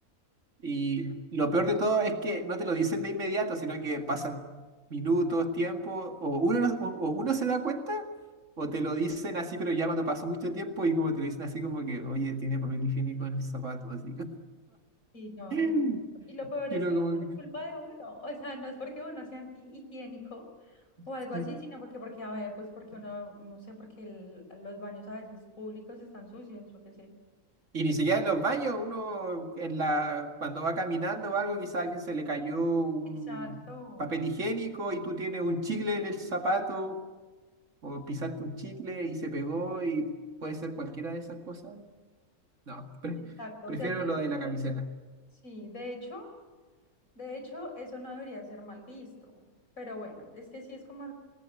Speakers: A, on the right; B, on the left.
A: Y lo peor de todo es que no te lo dicen de inmediato, sino que pasan minutos, tiempo, o uno, no- o, o uno se da cuenta, o te lo dicen así, pero ya cuando pasó mucho tiempo y como te lo dicen así como que, oye, tiene papel higiénico en el zapato, así.
B: sí, no,
A: <laughs>
B: es- y lo peor
A: Y
B: es
A: uno
B: que
A: como,
B: no es culpa de uno, o sea, no es porque uno sea antihigiénico
A: <laughs>
B: o algo
A: sí.
B: así, sino porque, porque, a ver, pues porque uno, no sé, porque el- los baños a veces públicos están sucios, yo qué sé.
A: Y ni siquiera en los baños, uno en la, cuando va caminando o algo, quizá a alguien se le cayó un
B: Exacto,
A: papel higiénico y tú tienes un chicle en el zapato o pisaste un chicle y se pegó y puede ser cualquiera de esas cosas. No, pre-
B: exacto,
A: prefiero
B: o sea que
A: lo de la camiseta.
B: sí, de hecho, de hecho, eso no debería ser mal visto, pero bueno, es que sí es como,